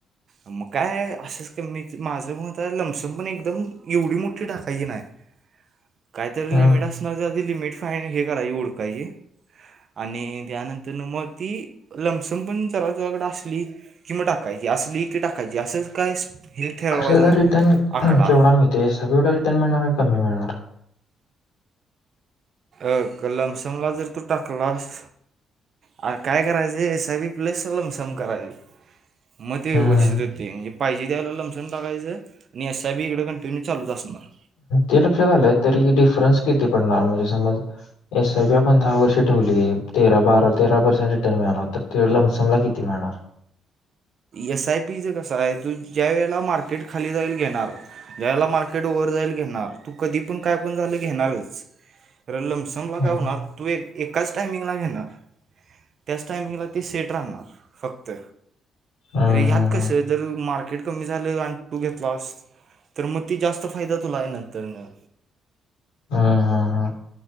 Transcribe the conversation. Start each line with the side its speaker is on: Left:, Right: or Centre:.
Right: मग काय असंच मी माझ मत हाय लमसम पण एकदम एवढी मोठ टाकायची नाही काहीतरी
Left: हं.
Right: लिमिट असणार ते आधी लिमिट <unintelligible> हे करायची हुडकायची. आणि त्यानंतर म ती लमसम पण जरातुज्याकड असली किं म टाकायची असली की टाकायची असं काय हे ठरवायचं
Left: खर
Right: नाही
Left: रिटर्न
Right: आकडा
Left: केवढा मिळतोय <unintelligible> रिटर्न मिळणार का कमी मिळणार?
Right: अ लमसम जर ला तू टाकलास. अ काय करायचं S I P plus lump sum करायच म ते
Left: हं.
Right: व्यवस्थित होतय. पाहिजे त्यावेळा लमसम टाकायचं आणि एस आय पी इकड कंटिन्यू चालूच असणार.
Left: ते लक्षात आलं तरी डिफरन्स किती पडणार म्हणजे समज एस आय पी आपण दहा वर्ष ठेवली तेरा, बारा, तेरा पर्सेंट रिटर्न मिळाला तर ते लमसमला किती मिळणार?
Right: एस आय पी ज कसय आहे तू ज्या वेळेला मार्केट खाली जाईल घेणार. यायला मार्केट वर जाईल घेणार तू कधी पण काय पण झालं घेणारच खर लमसम <unintelligible>
Left: हं.
Right: हुनार तु एक एकाच टायमिंगला घेणार त्याच टायमिंगला ते सेट राहणार फक्त
Left: हं,
Right: अरे ह्यात
Left: हं, हं.
Right: कसं जर मार्केट कमी झालं आणि तू घेतलास तर म ते जास्त फायदा तुला आहे नंतरन.
Left: हा हा हा